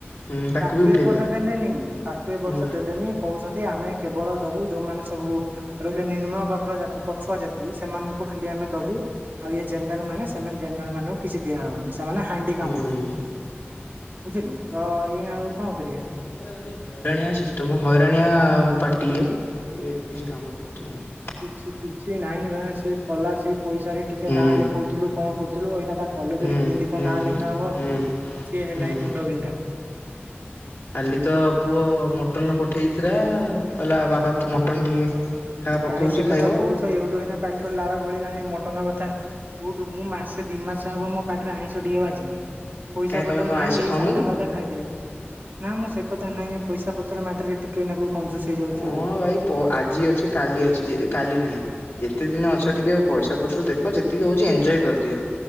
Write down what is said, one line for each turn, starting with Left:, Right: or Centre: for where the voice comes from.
Left: ହୁଁ
Right: ତାକୁ
Left: ବି ଉଠେଇଦେଲା
Right: ଏ ବର୍ଷ ଦେଲେନି। ତାକୁ ଏ
Left: ହୁଁ
Right: ବର୍ଷ ଦେଲେନି କହୁଛନ୍ତି ଆମେ କେବଳ ଦବୁ ଯୋଉମାନେ ସବୁ ରହିଲେ ନିମ୍ନବର୍ଗ ଜାତି ପଛୁଆ ଜାତି। ସେମାନଙ୍କୁ ଖାଲି ଆମେ ଦବୁ ଆଉ ଇଏ ଜେନେରାଲ ମାନେ ସେମାନେ ଜେନେରାଲ ମାନଙ୍କୁ କିଛି ଦିଆହେବନି। ତାମାନେ ହାଣ୍ଡି କାମୁଡ଼ନ୍ତୁ
Left: ହୁଁ।
Right: ବୁଝିଲୁ ତ ଇଏ ଆଉ କଣ କରିବା।
Left: ଏ ଓନଲି ହଇରାଣିଆ ସିଷ୍ଟମ୍ ହଇରାଣିଆ ପାର୍ଟି ଇଏ ଇଏ କିଛି କାମର ପାର୍ଟି ନୁହଁ।
Right: କିଛି କିଛି ନାଇଁ ବା ସିଏ ସ୍କଲାରସିପ ପାଇସାରେ ଟିକେ
Left: ହୁଁ
Right: ନାଁ ଲେଖଉଥିଲୁ କଣ କରୁଥିଲୁ ଅଇନା ତା କଲେଜରେ
Left: ହୁଁ
Right: କେଇନ୍ତି କଣ
Left: ହୁଁ
Right: ନାଁ ଲେଖା ହବ
Left: ହୁଁ
Right: ସିଏ ହେଲାଣିି
Left: ହୁଁ।
Right: ମୁଣ୍ଡବିନ୍ଧା।
Left: କାଲି ତ ପୁଅ ମଟନ ପଠେଇ ଦେଇଥିଲା କହିଲା ବାପା ମଟନ ଟିକେ ଖା ପଠଉଛି
Right: କାଇଁ ସେ
Left: ଖାଇବ
Right: କଥା କହୁଛ ଏଇଠୁ ଏଇନା ପାଟିରୁ ଲାଳ ଗଳିଲାଣି ମଟନ କଥା। କୋଉଠୁ ମୁଁ ମାସେ ଦିଇ ମାସ ହବ ମୋ ପାଟିରେ ଆଇଁଷ ଟିକେ ବାଜିନି। ପଇସା
Left: କାହିଁ ତମେ
Right: ପତ୍ର
Left: କଣ
Right: ନାହିଁ
Left: ଆଇଁଷ
Right: ଏଇ
Left: ଖାଉନ
Right: ସାଧା
Left: କି?
Right: ଫାଦା ଖାଇଦିଏ। ନା ମ ସେ କଥା ନାଇଁ ହେ ପଇସା ପତ୍ର ମ୍ୟାଟରରେ ଟିକେ ନାକୁ କଂଜୁସ ହେଇଯାଉଛୁ
Left: କଣ
Right: ଆଉ।
Left: ଭାଇ ପ ଆଜି ଅଛି କାଲି ଅଛି ଯେ କାଲି ନାହିଁ। ଯେତେ ଦିନ ଅଛ ଟିକେ ପଇସା ପତ୍ର ଦେଖ ଯେତିକି ହଉଛି ଏଞୟ କରିଦିଅ।